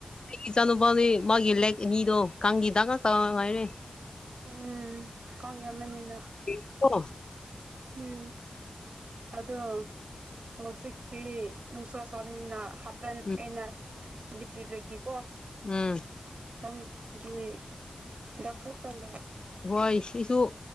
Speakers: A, on the left; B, on the right.
A: ꯑꯩꯒꯤ ꯏꯆꯥꯅꯨꯄꯥꯗꯤ ꯃꯥꯒꯤ ꯂꯦꯛ ꯑꯅꯤꯗꯣ ꯀꯥꯡꯒꯤ ꯗꯥꯛ ꯉꯥꯛꯇ ꯉꯥꯏꯔꯦ
B: ꯎꯝ ꯀꯥꯡ ꯌꯥꯝꯃꯥꯟꯅꯤꯅ
A: ꯏ ꯀꫭ
B: ꯎꯝ ꯑꯗꯣ ꯍꯧꯖꯤꯛ ꯇꯤ ꯅꯨꯡꯁꯥ ꯁꯥꯕꯅꯤꯅ ꯍꯥꯄꯦꯟ
A: ꯎꯝ
B: ꯑꯩꯅ ꯂꯤꯠꯄꯤꯕꯒꯤꯀꯣ
A: ꯎꯝ꯫
B: ꯀꯥꯡꯒꯤ ꯗꯥꯛ ꯈꯛꯇ ꯂꯩ
A: ꯋꯥꯏꯠ ꯁꯤꯁꯨ